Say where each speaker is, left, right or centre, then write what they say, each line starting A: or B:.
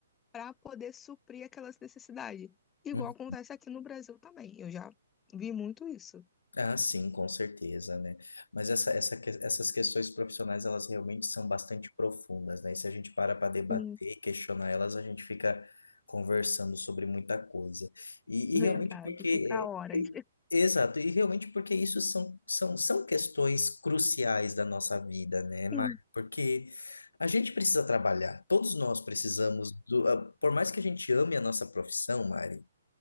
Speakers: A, on the left; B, on the left.
A: para poder suprir aquelas necessidades. Igual
B: uhum.
A: acontece aqui no Brasil também. Eu já vi muito isso.
B: Ah, sim, com certeza, né? Mas essa, essa, que- essas questões profissionais, elas realmente são bastante profundas, né? E se a gente para para debater
A: Sim,
B: e questionar elas, a gente fica conversando sobre muita coisa. E,
A: verdade,
B: e realmente porque...
A: fica horas.
B: e-
A: <laughs>
B: Exato, e realmente porque isso são, são, são questões cruciais da nossa vida, né, Mari
A: Sim.
B: Porque a gente precisa trabalhar, todos nós precisamos do... ah, Por mais que a gente ame a nossa profissão, Mari,